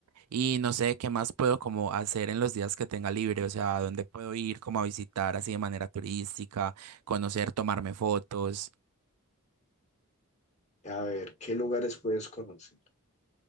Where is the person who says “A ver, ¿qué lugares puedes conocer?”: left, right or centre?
Left